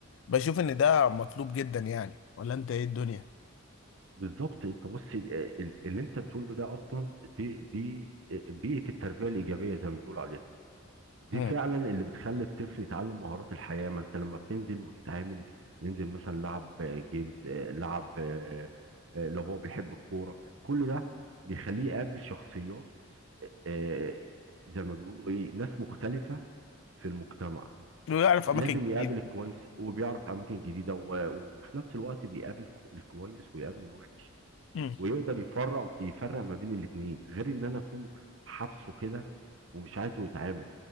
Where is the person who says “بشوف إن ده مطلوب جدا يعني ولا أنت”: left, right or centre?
Left